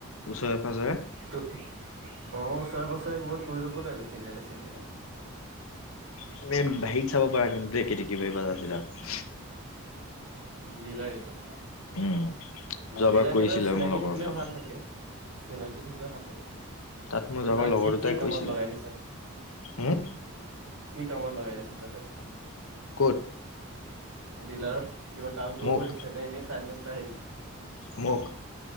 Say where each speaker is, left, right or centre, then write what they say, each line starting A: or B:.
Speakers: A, on the left (about 75°); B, on the right (about 70°).
A: ওচৰে পাজৰে
B: তো- অ' ওচৰে-পাছৰে ক'ৰবাত কৰি ল'ব লাগিব, তিনিআলি- চিনিআলিত।
A: <unintelligible> হেৰিত চাব পাৰা, কিন্তু দেই <unintelligible>
B: দিলাৰ ৰিটত।
A: উম
B: উম,
A: যোৱাবাৰ
B: জিলাকেইতাও
A: কৰিছিলে
B: চিনাকি
A: মোৰ লগৰ
B: থাকিলে
A: এটা
B: ভাল থাকে, চিনাকি থাকিলে ভাল থাকে।
A: তাত মোৰ
B: তে
A: যোৱাবাৰ
B: তাক
A: লগৰ
B: কি'
A: দুটাই
B: কি' কামত
A: কৰিছিলে
B: লগাই দিছে?
A: হম
B: কি কামত লগাই দিছে তা'তে?
A: ক'ত?
B: ডিলাৰত কিবা কাম কৰিব
A: মোক
B: দিছে নে এনেই চাই লৈ পেলাই?
A: মোক?